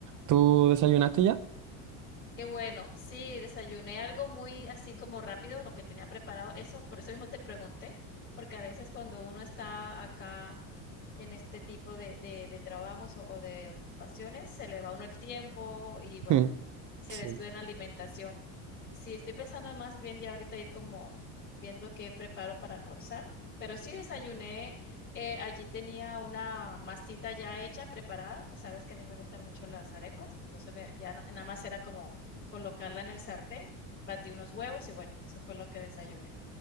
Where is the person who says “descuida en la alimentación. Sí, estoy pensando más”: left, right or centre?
Left